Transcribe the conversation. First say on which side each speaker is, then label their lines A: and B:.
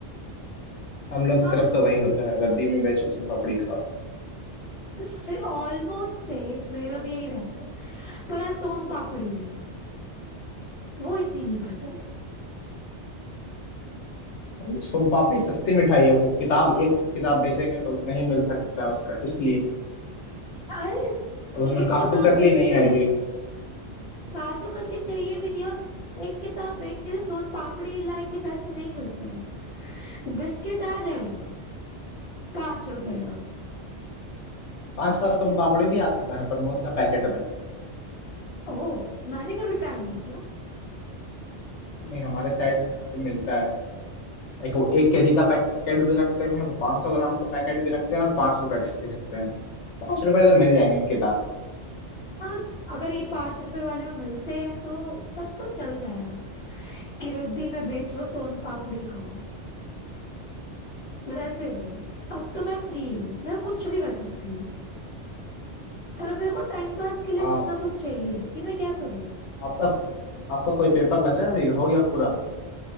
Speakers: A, on the left (about 80°); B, on the left (about 60°).
A: हम लोग की
B: हाँ
A: तरफ
B: बस
A: तो वही होता है रद्दी में बेचो सोन पापड़ी खाओ
B: से ऑलमोस्ट से मेरा भी यही रहता है पर आज सोन पापड़ी नहीं वो इतनी नहीं पसंद
A: हम लोग सोन पापड़ी सस्ती मिठाई है वो किताब एक किताब बेचेंगे तो उतना ही मिल सकता है उसका इसलिए
B: अरे
A: अब उसमें
B: एक
A: काटू
B: किताब
A: कतली
B: बेचने
A: नहीं आएगी
B: के काजू कतली चाहिए भी नहीं और एक किताब बेचने से सोन पापड़ी लायक भी पैसे नहीं मिलते हैं। बिस्किट आ जाएगा पांच रुपए का
A: पांच का सोन
B: इस
A: पापड़ी भी आता है प्रमोद का पैकेट में
B: ओ मैंने कभी ट्राई नहीं किया
A: नहीं हमारे साइड पे मिलता है एक वो एक केजी का पैकेट भी रखते हैं वो पाँच सौ ग्राम का पैकेट भी रखते हैं और पांच रुपए का भी रखते हैं पांच रुपए तो मिल जाएंगे किताब के
B: हाँ अगर ये पांच रुपए वाले में मिलते हैं तो तब तो चल जाएगा कि रद्दी में बेचो सोन पापड़ी खाओ वैसे भी अब तो मैं फ्री हूँ मैं कुछ भी कर सकती हूँ पर मेरे को टाइम पास के लिए
A: आप
B: कुछ ना कुछ चाहिए कि मैं क्या करूँ
A: आपका आपका कोई पेपर बचा है अभी हो गया पूरा